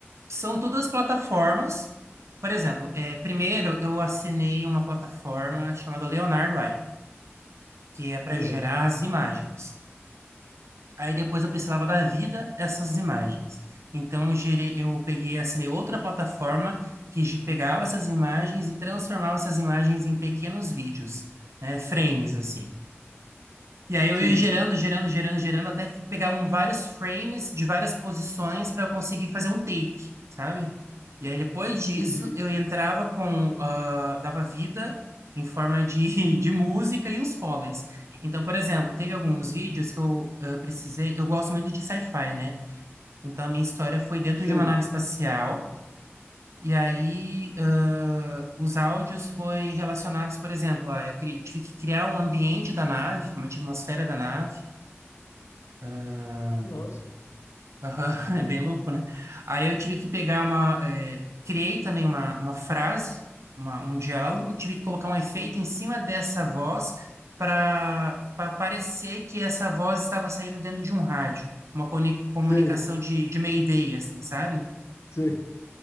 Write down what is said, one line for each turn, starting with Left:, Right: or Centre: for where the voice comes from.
Right: são todas plataformas. Por exemplo, eh, primeiro eu assinei uma plataforma chamada Leonardo AI, que é para
Left: Não,
Right: gerar as imagens. Aí depois eu precisava dar vida a essas imagens. Então eu gerei, eu peguei, e assinei outra plataforma que ge- pegava essas imagens e transformava essas imagens em pequenos vídeos, né, frames assim. E aí eu
Left: sei.
Right: ia gerando, gerando, gerando, gerando, até pegar um, vários frames de várias posições para eu conseguir fazer um take, sabe? E aí depois disso
Left: Entendi.
Right: eu entrava com, ah, dava vida em forma de, <laughs> de música e os foleys. Então, por exemplo, teve alguns vídeos que eu ah, precisei, eu gosto muito de sci-fi, né? Então a minha história foi dentro
Left: Sei.
Right: de uma nave espacial. E aí, ah, os áudios foi relacionados, por exemplo, ah, eu cri- tive que criar um ambiente da nave, uma atmosfera da nave, ah,
Left: Nossa.
Right: aham, <laughs> é bem louco, né? Aí eu tive que pegar uma. eh, criei também uma, uma frase, uma- um diálogo, tive que colocar um efeito em cima dessa voz para parecer que essa voz estava saindo dentro de um rádio. Uma comuni- comunicação
Left: Sei.
Right: de, de Mayday, assim, sabe?
Left: Sei.